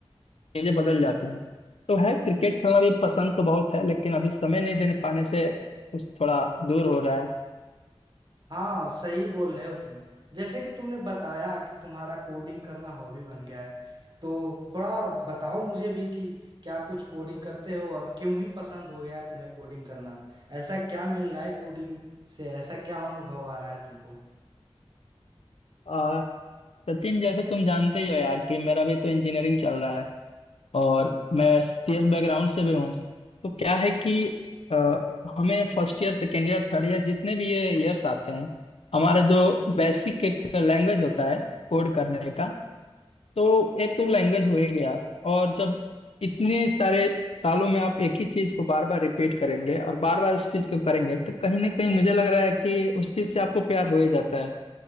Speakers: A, on the left; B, on the right.
A: चीजें बदल जाती हैं तो है क्रिकेट खेलना भी पसंद तो बहुत है लेकिन अभी समय नहीं देने पाने से कुछ थोड़ा दूर हो रहा है
B: हाँ सही बोल रहे हो तुम जैसे कि तुमने बताया कि तुम्हारा कोडिंग करना हॉबी बन गया है तो थोड़ा बताओ मुझे भी कि क्या कुछ कोडिंग करते हो और क्यों ही पसंद हो गया है तुम्हें कोडिंग करना ऐसा क्या मिल रहा है कोडिंग से ऐसा क्या अनुभव आ रहा है तुमको
A: आ, सचिन जैसे तुम जानते ही हो यार कि मेरा भी तो इंजीनियरिंग चल रहा है और मैं सीएस बैकग्राउंड से भी हूँ तो क्या है कि अ, हमें first year second year third year जितने भी ये ईयर्स आते हैं हमारा जो बेसिक एक लैंग्वेज होता है कोड करने का तो एक तो लैंग्वेज हो ही गया और जब इतने सारे सालों में आप एक ही चीज को बार बार रिपीट करेंगे और बार बार उस चीज को करेंगे तो कहीं ना कहीं मुझे लग रहा है कि उस चीज से आपको प्यार हो ही जाता है